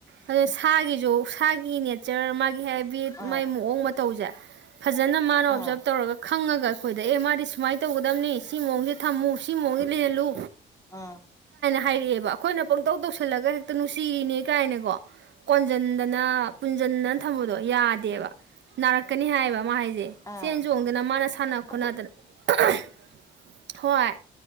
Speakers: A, on the right (about 65°); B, on the left (about 15°).
A: ꯑꯗꯨꯣ ꯁꯥꯒꯤꯁꯨ ꯁꯥꯒꯤ ꯇꯤꯆꯔ ꯃꯥꯒꯤ ꯍꯦꯕꯤꯠ ꯃꯒꯤ
B: ꯑꯥ
A: ꯃꯑꯣꯡ ꯃꯇꯧꯁꯦ ꯐꯖꯅ ꯃꯥꯅ
B: ꯑꯥ
A: ꯑꯣꯞꯖꯥꯕ ꯇꯧꯔꯒ ꯈꯪꯉꯒ ꯑꯩꯈꯣꯏꯗ ꯑꯦ ꯃꯥꯗꯤ ꯎꯗꯗꯝꯅꯦ ꯏꯁꯁꯤ ꯃꯑꯣꯁꯦꯥ ꯃꯨ ꯄꯃꯣꯒꯤ ꯂꯩ ꯂꯣ
B: ꯑꯥ
A: ꯍꯥꯏꯔꯛꯑꯦꯕ ꯑꯩꯈꯣꯏꯅ ꯄꯪꯇꯧ ꯇꯧꯁꯜꯂꯒ ꯍꯦꯛꯇ ꯅꯨꯡꯁꯤꯔꯤꯅꯦ ꯀꯥꯏꯅꯀꯣ ꯀꯣꯟꯖꯟꯗꯅ ꯄꯨꯟꯁꯤꯗꯅ ꯊꯝꯕꯗꯣ ꯌꯥꯗꯦ ꯗꯦꯕ ꯅꯔ ꯅꯤ ꯍꯥꯏꯕ ꯑꯃ ꯍꯥꯏꯁꯦ
B: ꯑꯥ
A: ꯁꯦ ꯆꯦꯟ ꯆꯣꯡꯗꯅ ꯃꯥꯅ ꯁꯥꯟꯅ ꯈꯣꯠꯅꯗꯅ
B: ꯎꯝ
A: ꯍꯣꯏ